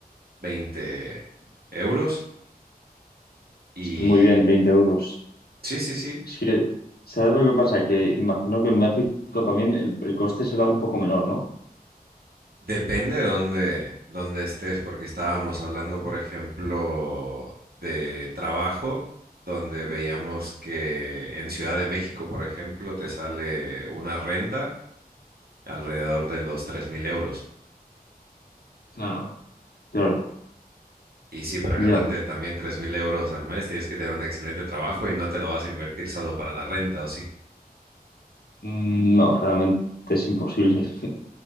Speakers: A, on the right (about 70°); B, on the left (about 70°).
A: veinte euros y
B: está muy bien, 20 euros.
A: sí, sí, sí,
B: Es que, ¿sabes lo que pasa? Que imagino que en México también el, el coste será un poco menor, ¿no?
A: Depende de dónde, dónde estés, porque estábamos hablando, por ejemplo, de trabajo, donde veíamos que en Ciudad de México, por ejemplo, te sale una renta alrededor de los 3.000 euros.
B: Claro. Claro,
A: Y sí, para ganarte
B: ya.
A: también 3.000 euros al mes tienes que tener un excelente trabajo y no te lo vas a invertir solo para la renta, ¿o sí?
B: Mm, No, realmente es imposible. <laughs>